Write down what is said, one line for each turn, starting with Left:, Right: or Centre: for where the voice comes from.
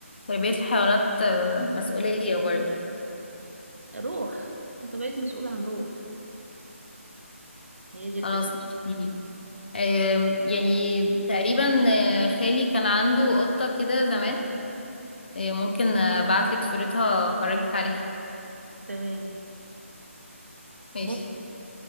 Left: تربية الحيوانات آه، مسؤولية برضه
Right: روح انت بقيت مسؤول عن روح هي دي الفكرة
Left: خلاص دي آم، يعني تقريبا آه، خالي كان عنده قطة كده زمان آه، ممكن آه، ابعتلك صورتها افرجك عليها
Right: تمام
Left: ماشي
Right: ممكن